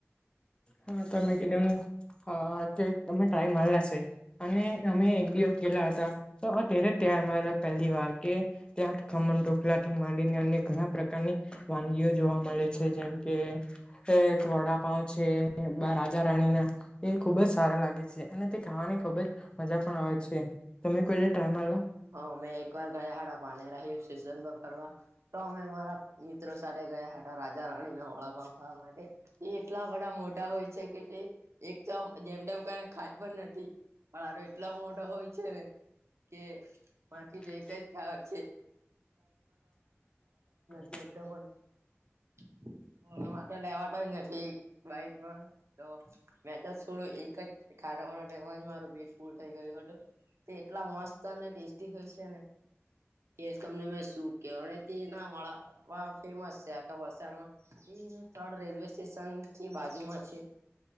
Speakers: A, on the left; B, on the right.
A: હા તમે કીધમ હ કે તમે ટ્રાય મારલા છે. અને અમે એક દિવસ ગયલા હતા તો અત્યારે જ તૈયાર મા્યા પહેલી વાર કે. ત્યાં ખમણ ઢોકલા થી માંડીને અન્ય ઘણા પ્રકારની વાનગીઓ જોવા મળે છે જેમ કે વડા પાાવ છે રાજા રાણી ના એ ખુબ જ સારા લાગે છે અને તે ખાવાની ખુબ જ મજા પણ આવે છે. તમેમે કોઈ ટાઈ માલેરો
B: હ મે એક વાર ગયા હાડા પાને રાહી સિઝનમાં ફરવા તો અમે મારા. મિત્રો સાથે ગયા હતા રાજા રાણીના વળાપ ખાવા માટે એ એટલા બધા મોટા હોય છે કે તે. એક ચ જેમ તેમમ કને ખાય પણ નથી પણ એટલા મોઢા હોય છે ને. કે.
A: બા
B: માથી
A: જે કઈ
B: તો એક જ ખાવાય છે માટે
A: થ <unintelligible>
B: લેવાય નથીક વાઈટમાં. તો મેં તો થોડું એક જ ખાડા ખોમ જ મારું પેટ પૂર થઈ ગયું હતું. તે એટલા મસ્ત અને ટેસ્ટ. હોય છે ને કે તમને મે શું કેવા ના વાળ. વા ફેમસ છે આખા વમાં એ ત રેલવે સ્ટેશન થી બાજુમાં છે.